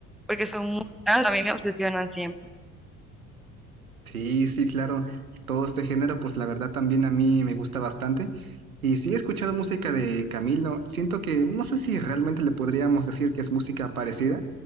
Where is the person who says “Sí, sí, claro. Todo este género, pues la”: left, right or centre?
Right